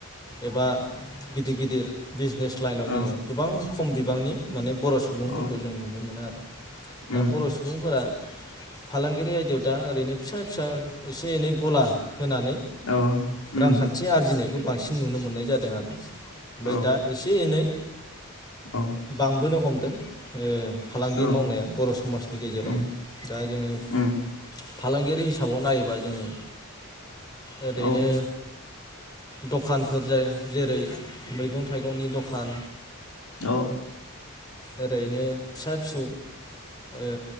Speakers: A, on the left; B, on the left.
A: एबा गिदिर गिदिर बिज नेस्ट लाइनाव
B: औ
A: जोङो गोबां खम बिबांनि माने बर' सुबुंफोरखौ
B: औ
A: जों नुनो मोनो आरो दा
B: उम
A: बर' सुबुंफोरा फालांगिरि आयदायाव दा ओरैनो फिसा फिसा एसे एनै गला होनानै
B: औ उम
A: रांखान्थि आरजिनो खौ बांसिन नुनो मोननाय जादों आरो ओमफाय
B: औ
A: दा एसे एनै
B: औ
A: बांबोनो हम दों ओ फालांगि
B: औ
A: मावनाया बर' समाजनि गेजेराव
B: उम
A: दा जोङो
B: उम
A: फालांगियारि हिसाबाव नायोबा जोङो ओरैनो
B: औ
A: दखानफोर जाय जेरै मैगं थाइगंनि दखान
B: औ
A: ओरैनो फिसा फिसौ ओ